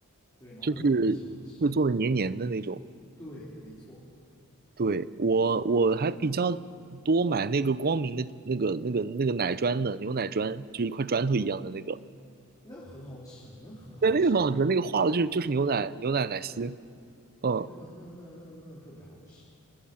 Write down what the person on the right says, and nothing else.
就是会做的黏黏的那种。
对，我我还比较多买那个光明的那个那个那个奶砖的牛奶砖，就是一块砖头一样的那个，
对，那个很好吃，那个化了就是就是牛奶牛奶奶昔，
嗯，